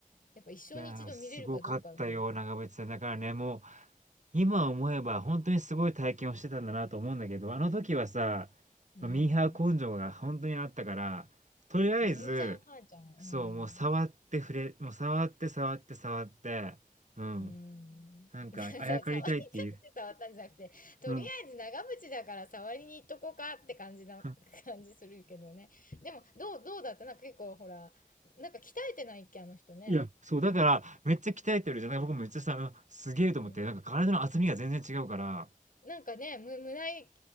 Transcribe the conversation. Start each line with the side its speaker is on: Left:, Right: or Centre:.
Left: やっぱ一生に一度見れるかどうかだね。
Right: いやー、すごかったよ、長渕さん。だからね、もう、今思えば本当にすごい体験をしてたんだなと思うんだけど、あの時はさ、
Left: うん。
Right: まあミーハー根性が本当にあったから、とりあえず、
Left: 姉ちゃん、母ちゃん。うん。
Right: そう、もう触って触れ、もう触って触って触って、うん。
Left: うん。
Right: なんか、
Left: <laughs> 触りたくて触ったんじゃなくて、
Right: あやかりたいっていう。
Left: とりあえず長渕だから触りに行っとこうかって感じな、
Right: うん。<laughs>
Left: <laughs> 感じするけどね。でも、どう、どうだったなんか結構ほら、なんか鍛えてないっけ、あの人ね。
Right: いや、そう、だから、めっちゃ鍛えてるじゃない僕めっちゃさ、うんすげえと思って、
Left: うん。
Right: なんか体の厚みが全然違うから、
Left: なんかね、む、胸